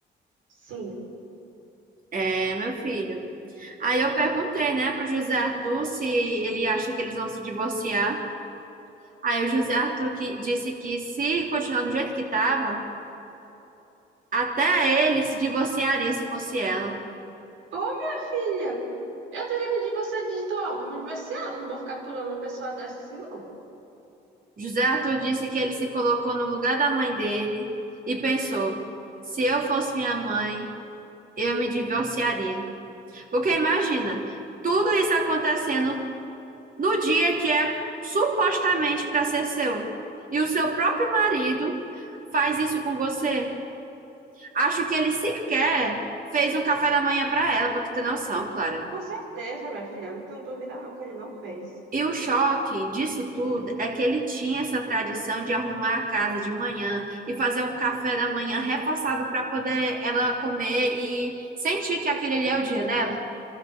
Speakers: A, on the right; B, on the right.
A: Sim.
B: É, meu filho. Aí eu perguntei, né, pro José Arthur se ele acha que eles vão se divorciar. Aí o José Arthur que, disse que se continuar do jeito que tava, até ele se divorciaria se fosse ela.
A: Ô, minha filha, eu teria pedido você digitou, ó, vou me divorciar, não vou ficar aturando uma pessoa dessa assim, não.
B: José Arthur disse que ele se colocou no lugar da mãe dele e pensou: se eu fosse minha mãe, eu me divorciaria. Porque imagina, tudo isso acontecendo no dia que é supostamente para ser seu. E o seu próprio marido faz isso com você. Acho que ele sequer fez um café da manhã para ela, para tu ter noção, Clara.
A: Com certeza, minha filha, não tenho dúvida não que ele não fez.
B: E o choque disso tudo é que ele tinha essa tradição de arrumar a casa de manhã e fazer um café da manhã reforçado para poder ela comer e sentir que aquele ali é o dia dela.